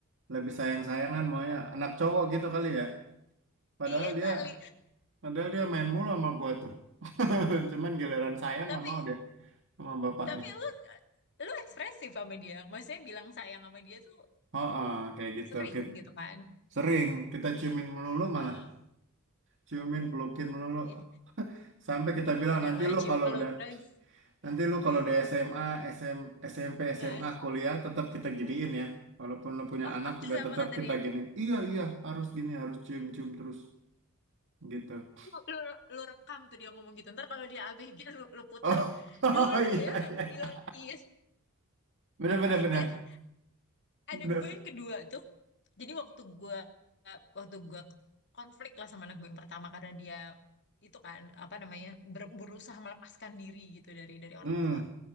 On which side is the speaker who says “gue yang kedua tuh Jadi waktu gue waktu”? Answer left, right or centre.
Left